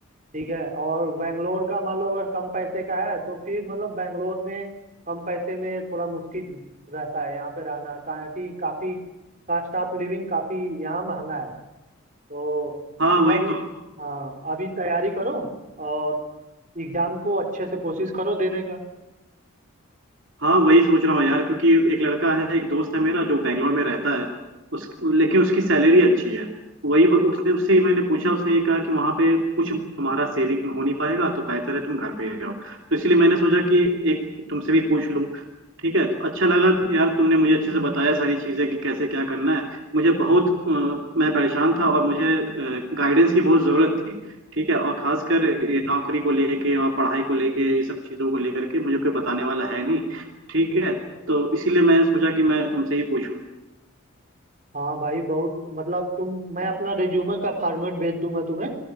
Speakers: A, on the right; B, on the right.
A: ठीक है? और बैंगलोर का मान लो अगर कम पैसे का है तो फिर मतलब बैंगलोर में कम पैसे में थोड़ा मुश्किल रहता है यहाँ पे रहना, कारण कि काफ़ी कॉस्ट ऑफ लिविंग काफ़ी यहाँ महँगा है। तो
B: हाँ
A: मतलब
B: वही तो
A: हाँ अभी तैयारी करो और एग्ज़ाम को अच्छे से कोशिश करो देने का
B: हाँ वही सोच रहा हूँ यार क्योंकि एक लड़का है एक दोस्त है मेरा जो बैंगलोर में रहता है उस लेकिन उसकी सैलरी अच्छी है वही उसने उससे ही मैंने पूछा उसने ये कहा कि वहां पे कुछ तुम्हारा सेविंग हो नहीं पाएगा तो बेहतर है तुम घर पे ही रहो तो इसलिए मैंने सोचा कि एक तुमसे भी पूछ लूँ ठीक है तो अच्छा लगा यार तुमने मुझे अच्छे से बताया सारी चीज़ें कि कैसे क्या करना है मुझे बहुत अ, मैं परेशान था और मुझे गाइडेंस की बहुत ज़रूरत थी ठीक है और खासकर ये नौकरी को लेके और पढ़ाई को लेके ये सब चीज़ों को लेकर के मुझे कोई बताने वाला है नहीं ठीक है तो इसीलिए मैं सोचा कि मैं तुमसे ही पूछूं
A: हाँ भाई बहुत मतलब तुम मैं अपना रिज्यूमे का फॉर्मेट भेज दूंगा तुम्हें